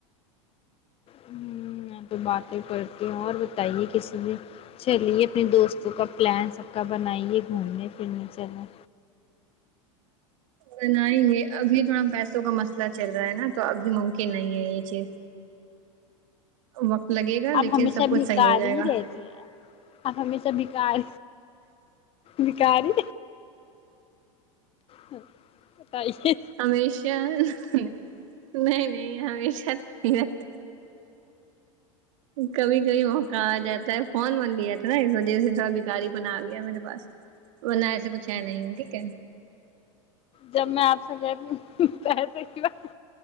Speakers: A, on the left; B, on the right.
A: ہوں تو باتیں کرتی ہوں اور بتائیے کسی بھی چلیے اپنے دوستوں کا پلان سب کا بنائیے گھومنے پھرنے چلیں
B: بناینگے ابھی تھوڑا پیسوں کا مسئلہ چل رہا ہے نا تو ابھی ممکن نہیں ہے یہ چیز وقت لگے گا
A: آپ
B: لیکن
A: ہمیشہ
B: سب کچھ
A: بھکار
B: صحیح ہو جائے
A: ہی
B: گا
A: رہتی ہے اپ ہمیشہ بکار بکاری ہاں بتائیے
B: ہمیشہ نہیں نہیں ہمیشہ تو نہیں رہتا کبھی کبھی موقع آ جاتا ہے فون ون لیا تھا نا اس وجہ سے تھوڑا بیھکاری پن آ گیا میرے پاس ورنا ایسے کچھ ہے نہیں ٹھیک ہے
A: جب میں آپ سے کہتی ہوں پیسے کی بات